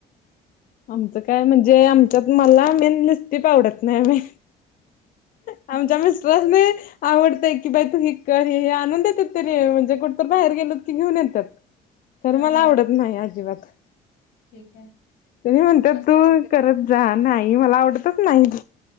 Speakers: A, on the left; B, on the left.
A: आमचं काय म्हणजे आमच्यात मला मेन लिपस्टिक आवडत नाही बाई आमच्या मिस्टरासणी आवडतय की बाई तू हे आणून देते तरी म्हणजे कुठत बाहेर गेलोत की घेऊन येतात तर
B: हां,
A: मला आवडत नाही अजिबात
B: ठीक आहे.
A: तेनी म्हणतात
B: असते.
A: तू करत जा नाही मला आवडतच नाही